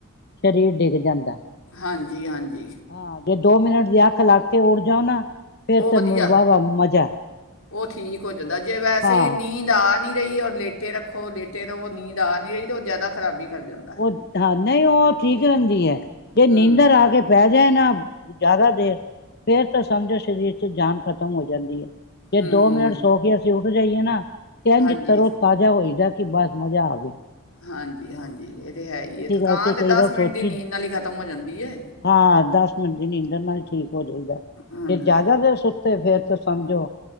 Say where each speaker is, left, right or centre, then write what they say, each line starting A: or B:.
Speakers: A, on the left; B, on the left.
A: ਸਰੀਰ ਡਿੱਗ ਜਾਂਦਾ।
B: ਹਾਂਜੀ-ਹਾਂਜੀ।
A: ਹਾਂ, ਜੇ ਦੋ ਮਿੰਟ ਦੀ ਅੱਖ ਲਗ ਤੇ ਉਠ ਜਾਓ ਨਾ। ਫੇਰ
B: ਉਹ
A: ਤਾਂ
B: ਵਧੀਆ
A: ਵਾਹ-ਵਾਹ ਮਜ਼ਾ।
B: ਉਹ ਠੀਕ ਹੋ ਦਾ ਜੇ ਵੈਸੇ
A: ਹਾਂ
B: ਹੀ ਨੀਂਦ ਆ ਨੀ ਏਹੀ ਔਰ ਲੇਟੇ ਰੱਖੋ ਲੇਟੇ ਰਹੋ। ਨੀਂਦ ਆ ਨਹੀਂ ਰਹੀ ਤੇ ਉਹ ਜ਼ਿਆਦਾ ਖਰਾਬੀ। ਕਰ ਜਾਂਦਾ।
A: ਉਹ ਹਾਂ ਨਹੀਂ ਉਹ ਠੀਕ ਰਹਿੰਦੀ ਹੈ। ਜੇ ਨੀਂਦਰ
B: ਹੂੰ
A: ਆ ਕੇ ਪੈ ਜਾਏ ਨਾ ਜ਼ਿਆਦਾ ਦੇਰ ਫੇਰ ਤਾਂ ਸਮਝੋ ਸਰੀਰ ਚ ਜਾਨ ਖਤਮ ਹੋ ਜਾਂਦੀ ਹੈ। ਜੇ
B: ਹੂੰ
A: ਦੋ ਮਿੰਟ ਸੋ ਕੇ ਅਸੀਂ ਉਠ ਬਜਾਈਏ ਨਾ। ਕਹਿੰਝ
B: ਹਾਂਜੀ
A: ਤਰੋ ਤਾਜ਼ਾ ਹੋਏਦਾ। ਕਿ ਬਸ ਮਜ਼ਾ ਆ ਗਿਆ।
B: ਹਾਂਜੀ, ਹਾਂਜੀ। ਇਹ ਤਾਂ ਹੈ ਹੀ
A: ਇਸ
B: ਹੈ
A: ਕਰਕੇ
B: ਥਕਾਨ ਤਾਂ
A: ਕਈ
B: ਦਸ
A: ਵਾਰ ਸੋਚੀ।
B: ਮਿੰਟ ਦੀ ਨੀਂਦ ਨਾਲ ਹੀ ਖਤਮ ਹੋ ਜਾਂਦੀ ਹੈ
A: ਹਾਂ, ਦਸ ਮਿੰਟ ਦੀ ਨੀਂਦਰ ਨਾਲ ਹੀ ਠੀਕ ਹੋ ਜਾਈਦਾ।
B: ਹਾਂਜੀ
A: ਜੇ ਜ਼ਿਆਦਾ ਦੇਰ ਸੁੱਤੇ ਫਿਰ ਤਾਂ ਸਮਝੋ